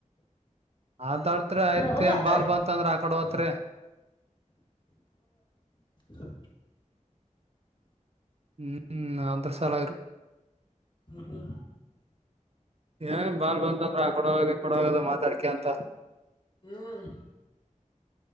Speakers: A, on the right; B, on the left.
A: ಅಂತಾಡ್ತ್ರಿ ಆಯ್ತ್
B: ಹೋಗ್ಯ
A: ಏನ್
B: ಹಾ
A: ಬಾಲ್ ಬಂತಂದ್ರ ಆಕಡೆ ಹೋತ್ರಿ..
B: ಹ.
A: ಹ್ಮ್ ಅದ್ರ ಸಾಲಗ್ರಿ..
B: ಹ್ಮ ಹ್ಮ..
A: ಏ ಬಾಲ್ ಬಂತಂದ್ರ ಆ ಕೊಡೋಗದ ಕೊಡೋಗದು ಮಾತಾಡ್ಕ ಅಂತ..
B: ಹ್ಮ್..